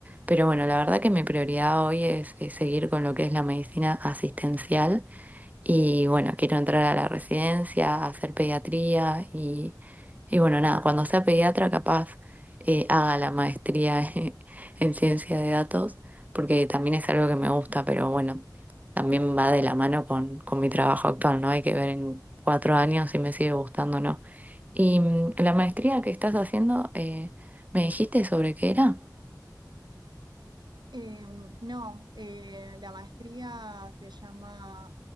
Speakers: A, on the right (about 20°); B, on the right (about 80°).
A: pero bueno, la verdad que mi prioridad hoy es, es seguir con lo que es la medicina asistencial y bueno, quiero entrar a la residencia, a hacer pediatría y, y bueno, nada, cuando sea pediatra capaz eh, haga la maestría <laughs> en, en ciencia de datos, porque también es algo que me gusta, pero bueno, también va de la mano con, con mi trabajo actual, ¿no? Hay que ver en cuatro años si me sigue gustando o no. Y mm, la maestría que estás haciendo, eh, ¿me dijiste sobre qué era?
B: Eh, no, eh, la maestría se llama